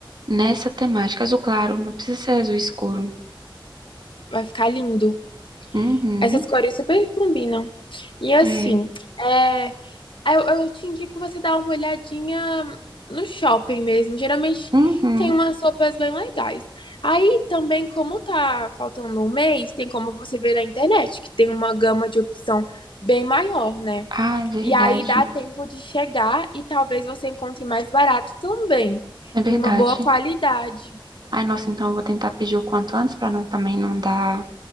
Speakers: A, on the right; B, on the left.
A: nessa temática, azul claro, não precisa ser azul escuro.
B: Vai ficar lindo.
A: Uhum.
B: Essas cores super combinam. E assim,
A: É.
B: é, Eu, eu te indico você dar uma olhadinha no shopping mesmo. Geralmente
A: Uhum.
B: tem umas roupas bem legais. Aí também, como tá faltando um mês, tem como você ver na internet, que tem uma gama de opção bem maior, né?
A: Ah, é verdade.
B: E aí dá tempo de chegar e talvez você encontre mais barato também.
A: É verdade.
B: E uma boa qualidade.
A: Ai, nossa, então eu vou tentar pedir o quanto antes para não também não dar